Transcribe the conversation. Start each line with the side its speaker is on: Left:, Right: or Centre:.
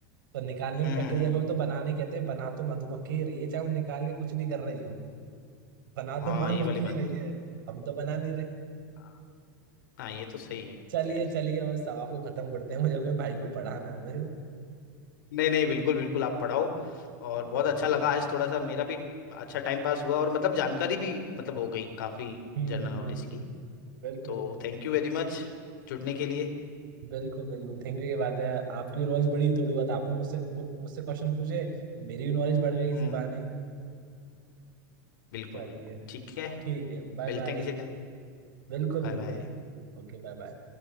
Right: तो निकालने
Left: हम्म
Right: की प्रक्रिया
Left: हम्म हम्म।
Right: को भी तो बनाने कहते हैं बना तो मधुमक्खी ही रही है चाहे वो निकाल के कुछ भी कर रही हो बना
Left: हाँ
Right: तो मधुमक्खी
Left: ये वाली बात
Right: ही रही
Left: तो सही
Right: है हम तो बना नहीं रहे
Left: हाँ हाँ, ये तो सही है
Right: चलिए
Left: खैर
Right: चलिए और सवा को खत्म करते हैं मुझे अपने भाई को पढ़ाना है मुझे
Left: नहीं नहीं बिल्कुल बिल्कुल आप पढ़ाओ और बहुत
Right: बिल्कुल
Left: अच्छा लगा आज थोड़ा सा मेरा भी अच्छा टाइम पास हुआ और मतलब जानकारी भी मतलब हो गई काफी
Right: हम्म
Left: जनरल
Right: हम्म
Left: नॉलेज
Right: हम्म हम्म,
Left: की
Right: हम्म। बिल्कुल
Left: तो
Right: बिल्कुल
Left: थैंक यू वेरी मच जुड़ने के लिए
Right: बिल्कुल बिल्कुल थैंक यू ये बात है आपकी नॉलेज बड़ी थोड़ी बहुत आपने मुझसे मुझसे क्वेश्चन पूछे तो मेरी भी नॉलेज बढ़ गई इसी
Left: हम्म
Right: बहाने
Left: बिल्कुल
Right: चलिए
Left: बिल्कुल ठीक है
Right: ठीक है बाय
Left: मिलते
Right: बाय
Left: हैं किसी दिन
Right: बिल्कुल
Left: Bye
Right: मिलते
Left: bye
Right: हैं Okay bye bye